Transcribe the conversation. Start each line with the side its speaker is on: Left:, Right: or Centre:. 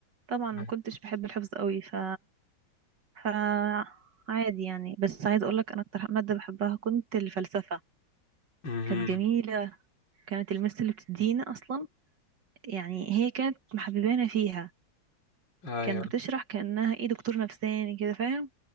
Right: طبعا
Left: مم.
Right: ما كنتش بحب الحفظ قوي ف ف عادي يعني بس عايز اقول لك انا اكتر ماده بحبها كنت الفلسفه
Left: مهم.
Right: كانت جميلة كانت المس اللي بتدينا أصلا يعني هي كانت محببانة فيها
Left: ايوه
Right: كانت بتشرح كأنها ايه دكتور نفساني كده فاهم